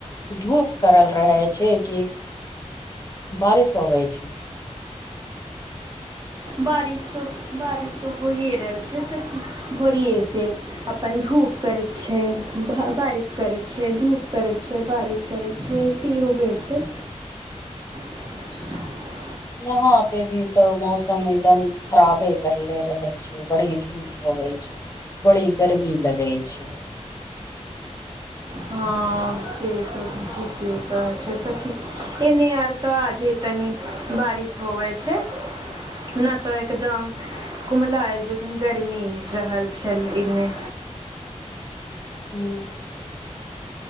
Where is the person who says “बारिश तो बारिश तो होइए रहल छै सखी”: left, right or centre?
Right